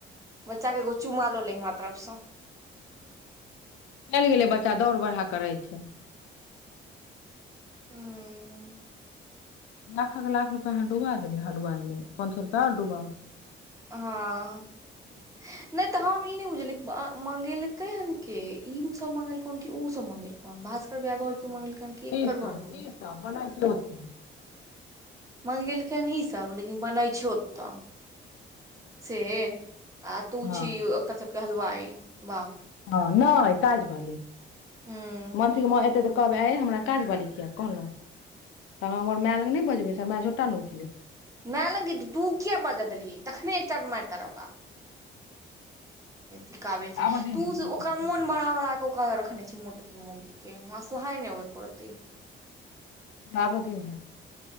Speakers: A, on the right; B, on the left.
A: बच्चा के एगो चुमा ल लही हमरा तरफ स।
B: चलि गेलै बच्चा दौड़ बढ़हा करै छै।
A: ह्म्म
B: लाखक लाख रुपैआ अहाँ डुबा देलियै हलुवाइमे पाँच सए रुपैआ आओ डुबा।
A: हँ। नहि तऽ हम ई नहि बुझलिय। मंगेलकै हन के ई सब मंगेलको हन की उ सब मंगेलको हन। भैया घर
B: ईसभ
A: के मंगेलकै हन कि एकर
B: ईसभ
A: घर के
B: ईसभ बना छै। ह।
A: मगेलखिन हन ईसभ लेकिन बनै छौ। कुत्ता। से आ तू
B: हँ
A: छी कर। कहलवइ वाह।
B: हँ नहि काज भाली।
A: हूँ
B: मनथी म एते तऽ। कहबै आ हमरा काज बाल किया कहलहुँ तऽ हमर माय लग नहि बजबै सर माय छोटा ने उचलै।
A: मैालंगत तूकी अ ब ग दली तखने चट मतार ओक। बे सीखाबै छै
B: आबऽ दियौ
A: तऽ
B: ने एक बेर
A: ओ ओकरा मोन बढ़ा बढ़ा कऽ ओकरा। भनै छी मोटकी मोगी के, हमरा सोहाए नै ओय एको रति।
B: आबै दियौ नै।